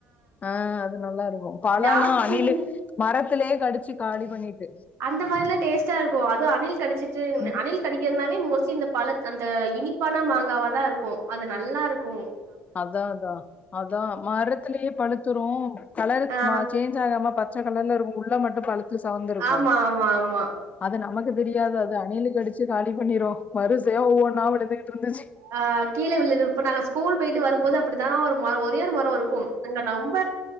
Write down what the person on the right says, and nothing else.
ஜாஸ்தி
அந்த மாரிலா டேஸ்ட்டா இருக்கும் அதும் அணில் கடிச்சிட்டு
அணில் கடிக்கிறதுனாவே மோஸ்ட்லி இந்த பழ அந்த இனிப்பான மாங்காவா தான் இருக்கும் அது நல்லா இருக்கும்
ஆ
ஆமா ஆமா ஆமா
ஆ கீழ விழுகிறப்ப நாங்க ஸ் கூல் போயிட்டு வரும்மோது அப்டிதான் ஒரு மரோ ஒரே ஒரு மரோம் இருக்கும் அங்க நொம்ப